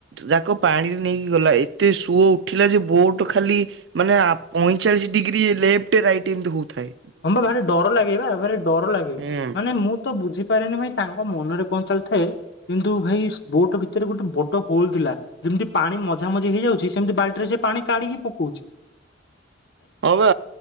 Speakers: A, on the right; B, on the left.
A: ଯାକ ପାଣିରେ ନେଇକି ଗଲା ଏତେ ସୁଅ ଉଠିଲା ଯେ ବୋଟ ଖାଲି ମାନେ ପଇଁଚାଳିଶ ଡିଗ୍ରୀ ଲେପ୍ଟ ରାଇଟ ଏମତି ହୋ ଉଥାଏ।
B: ହଁ ବା ଭାରି ଡର ଲାଗେ ବା ଭାରି ଡର ଲାଗେ
A: ହୁଁ
B: ମାନେ ମୁଁ ତ ବୁଝିପାରେନି ଭାଇ ତାଙ୍କ ମନରେ କଣ ଚାଲିଥାଏ? କିନ୍ତୁ ଭାଇ ବୋଟ ଭିତରେ ଗୋଟେ ବଡ ହୋଲ ଥିଲା। ଯେମିତି ପାଣି ମଝାମଝି ହେଇଯାଉଚି ସେମିତି ବାଲ୍ଟି ରେ ସେ ପାଣି କାଢିକି ପକଉଚି।
A: ହଁ ବା